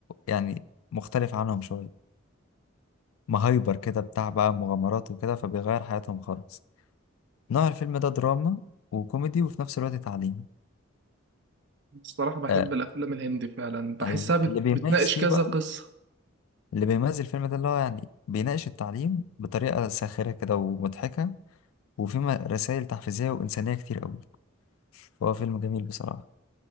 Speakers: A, on the left; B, on the right.
A: يعني مختلف عنهم شوية مهايبر كده بتاع بقى مغامرات وكده فبيغير حياتهم خالص نوع الفيلم ده دراما وكوميدي وفي نفس الوقت تعليم
B: الصراحة بحب
A: آه
B: الافلام الهندي فعلا بحسها
A: أيوة
B: بت...
A: اللي بيميز
B: بتناقش
A: فيه
B: كذا
A: بقى
B: قصة
A: اللي بيميز الفيلم ده اللي هو يعني بيناقش التعليم بطريقة ساخرة كده ومضحكة وفيه رسائل تحفيزية وإنسانية كتير قوي فهو فيلم جميل بصراحة